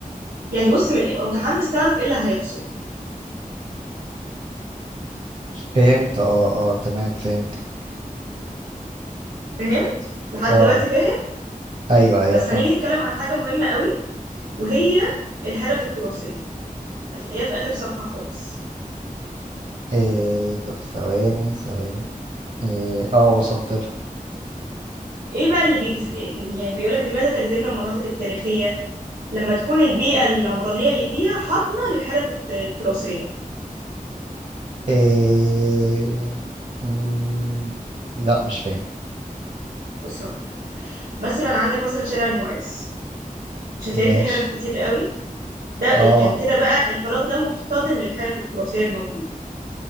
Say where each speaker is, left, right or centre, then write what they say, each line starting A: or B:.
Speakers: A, on the right; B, on the right.
A: يعني بص من ابقى متحمس تعرف ايه اللي هيحصل
B: فهمت اه اه تمام فهمتك
A: فهمت لحد
B: اه
A: دلوقتي فاهم
B: ايوه ايوه
A: بس
B: فاهم
A: هنيجي نتكلم عن حاجه مهمه قوي وهي الحرف التراثيه هتلاقيها في اخر صفحه خالص
B: إيه طب ثواني ثواني إيه اه وصلت لها
A: ايه بقى اللي بيجز... يعني بيقولك لماذا تجذبنا المناطق التاريخيه لما تكون البيئه العمرانيه اللي فيها حاضنه للحرف الت- التراثيه
B: إيه مم، لا مش فاهم
A: بص هقولك مثلا عندك مثلا شارع المعز مش هتلاقي
B: ماشي
A: فيه حرف كتير قوي ده
B: اه
A: يعني كده بقى الفراغ ده محتضن للحرف التراثيه الموجوده